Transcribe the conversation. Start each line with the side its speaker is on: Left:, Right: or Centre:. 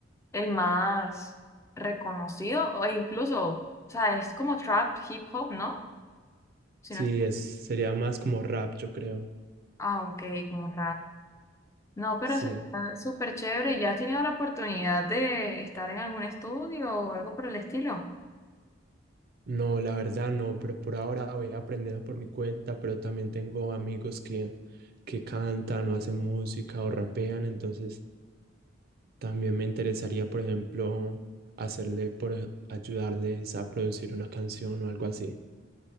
Left: el más reconocido o- e incluso, o sea, es como trap, hip hop, ¿no? Si
Right: Sí,
Left: no es-
Right: es, sería más como rap, yo creo.
Left: ah, ok, como rap. No, pero
Right: Sí.
Left: es súper chévere. ¿Y ¿Ya has tenido la oportunidad de estar en algún estudio o algo por el estilo?
Right: No, la verdad no, pero por ahora voy aprendiendo por mi cuenta, pero también tengo amigos que, que cantan o hacen música o rapean, entonces también me interesaría, por ejemplo, hacerle por ayudarles a producir una canción o algo así.